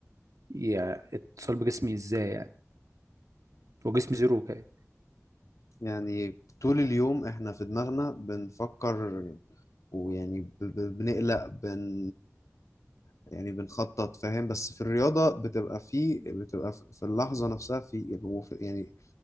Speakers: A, on the right; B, on the left.
A: يعني اتصال بجسمي ازاي يعني وجسمي زيرو كده
B: يعني طول اليوم إحنا في دماغنا بنفكر ويعني ب- ب- بنقلق بن يعني بنخطط فاهم بس في الرياضة بتبقى في بتبقى في في اللحظة نفسها في وفي- يعني